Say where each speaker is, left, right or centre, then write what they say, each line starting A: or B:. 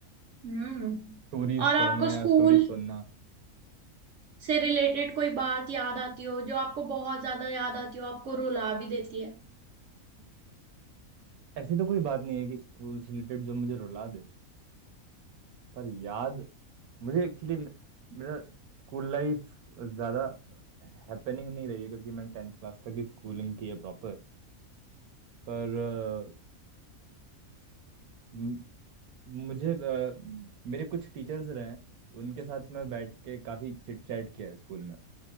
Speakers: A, on the right; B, on the right.
A: हम्म
B: स्टोरीज
A: और
B: पढ़ना
A: आपको
B: या
A: स्कूल
B: स्टोरीज सुनना
A: से रिलेटेड कोई बात याद आती हो जो आपको बहुत ज्यादा याद आती हो आपको रुला भी देती है
B: ऐसी तो कोई बात नहीं है कि स्कूल से रिलेटेड जो मुझे रुला दे पर याद मुझे एक्चुअली मेरा स्कूल लाइफ ज्यादा हैपनिंग नहीं रही है क्योंकि मैंने टेंथ क्लास तक ही स्कूलिंग की है प्रॉपर पर अ, म- मुझे अ, मेरे कुछ टीचर्स रहे हैं उनके साथ मैं बैठ के काफी चिट चैट किया है स्कूल में